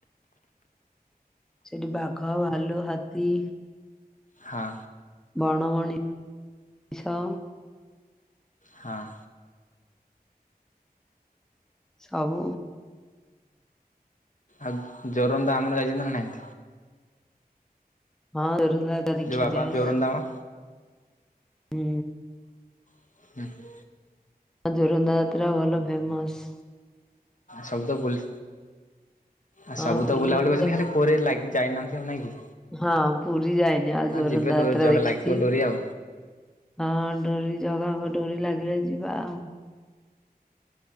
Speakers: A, in the centre; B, on the left.
A: ସେଠି ବାଘ ଭାଲୁ ହାତୀ
B: ହଁ
A: ବଣମଣି ଛ
B: ହଁ
A: ସବୁ
B: ଆଉ ଜୋରନ୍ଦା ଆମର ଯାଇଛନ୍ତି ନା ନାଇଁ
A: ହଁ ଜୋରନ୍ଦା ଯାତ୍ରା ଦେଖିବାକୁ
B: ଯୋଉ ବାବା
A: ଯାଏ
B: ଜୋରନ୍ଦା ମ
A: ହୁଁ
B: <unintelligible>
A: ଜୋରନ୍ଦା ଯାତ୍ରା ଭଲ ଫେମସ୍।
B: ସବୁ ତ ବୁଲି ଆ
A: ହଁ
B: ସବୁ
A: ବୁଲିବାକୁ
B: ତ ବୁଲାବୁଲି କରିଚନ୍ତି
A: ଯାଏ
B: ଖାଲି ପୁରୀ ଲାଗ ଯାଇନାହାନ୍ତି ଆଉ ନାଇଁ କି?
A: ହଁ ପୁରୀ ଯାଇନି ଆଉ ଯୋରନ୍ଦା
B: ଯିବେ ଡୋରି
A: ଯାତ୍ରା
B: ଜଗା
A: ଦେଖିଛି।
B: ଲାଗିବ ଡୋରି ଆଉ
A: ହଁ ଡୋରି ଜଗାଙ୍କ ଡୋରି ଲାଗିଲେ ଯିବା ଆଉ।